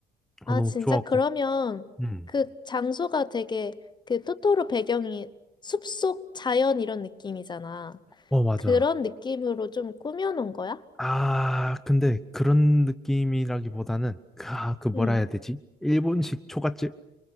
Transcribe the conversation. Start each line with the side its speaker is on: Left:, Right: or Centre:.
Left: 아,
Centre: 아, 너무
Left: 진짜
Centre: 좋았고.
Left: 그러면
Centre: 음.
Left: 그 장소가 되게 그 토토로 배경이 숲속 자연 이런 느낌이잖아.
Centre: 어, 맞아.
Left: 그런 느낌으로 좀 꾸며놓은 거야?
Centre: 아, 근데 그런 느낌이라기보다는, 그, 아, 그 뭐라
Left: 응.
Centre: 해야 되지? 일본식 초밥집?